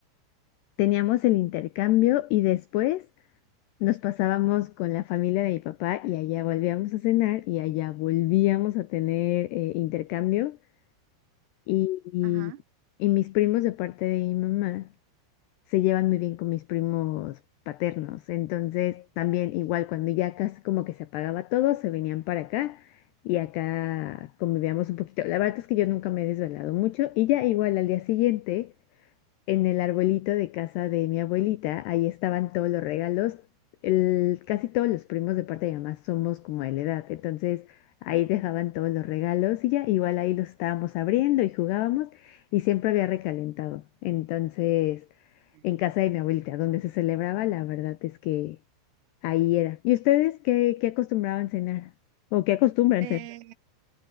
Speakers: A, on the left; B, on the right.
A: teníamos el intercambio y después nos pasábamos con la familia de mi papá y allá volvíamos a cenar y allá volvíamos a tener eh, intercambio y,
B: Ajá.
A: y y mis primos de parte de mi mamá se llevan muy bien con mis primos paternos. Entonces, también igual cuando ya casi como que se apagaba todo, se venían para acá y acá convivíamos un poquito. La verdad es que yo nunca me he desvelado mucho y ya igual al día siguiente en el arbolito de casa de mi abuelita, ahí estaban todos los regalos. El, casi todos los primos de parte de mi mamá somos como de la edad, entonces ahí dejaban todos los regalos y ya, igual ahí los estábamos abriendo y jugábamos y siempre había recalentado. Entonces,
B: Mm.
A: en casa de mi abuelita, donde se celebraba, la verdad es que ahí era. ¿Y ustedes qué, qué acostumbraban cenar? ¿O qué acostumbran
B: Eh,
A: cenar?